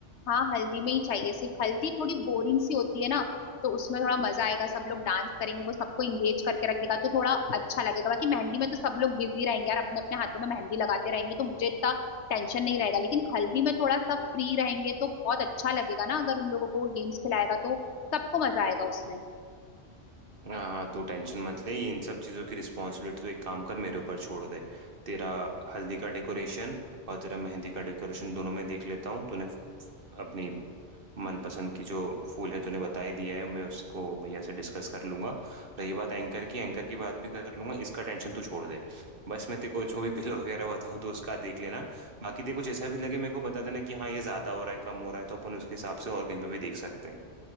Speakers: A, on the left; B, on the right.
A: हाँ हल्दी में ही चाहिए सिर्फ हल्दी थोड़ी बोरिंग सी होती है ना तो उसमें थोड़ा मजा आएगा सब लोग डांस करेंगे वो सबको इंगेज करके रखेगा तो थोड़ा अच्छा लगेगा बाकी मेहंदी में तो सब लोग बिजी रहेंगे यार अपने अपने हाथों में मेहंदी लगाते रहेंगे तो मुझे इतना टेंशन नहीं रहेगा लेकिन हल्दी में थोड़ा सब फ्री रहेंगे तो बहुत अच्छा लगेगा ना अगर उन लोगों को वो गेम्स खिलाएगा तो सबको मजा आएगा उसमें
B: हाँ हाँ तू टेंशन मत ले इन सब चीज़ों की रिस्पॉन्सिबिलिटी तो एक काम कर मेरे ऊपर छोड़ दे तेरा हल्दी का डेकोरेशन और तेरा मेहंदी का डेकोरेशन दोनों में देख लेता हूँ तूने अपनी मनपसंद की जो फूल है तूने बता ही दिया है मैं उसको भैया से डिस्कस कर लूंगा रही बात एंकर की एंकर की बात भी कर लूंगा इसका टेंशन तू छोड़ दे बस मैं तेरे को जो भी बिल <laughs> वगैरह बताऊँ तो उसका देख लेना बाकी देखो जैसा भी लगे मेरे को बता देना कि हाँ ये ज्यादा हो रहा है कम हो रहा है तो अपन उसके हिसाब से और कहीं पे भी देख सकते हैं